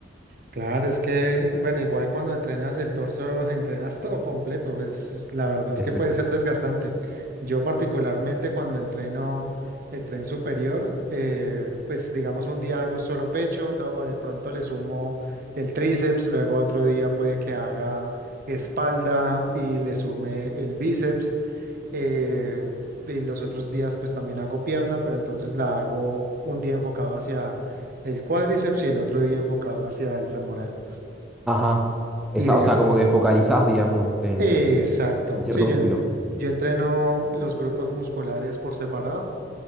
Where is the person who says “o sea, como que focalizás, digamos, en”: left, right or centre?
Centre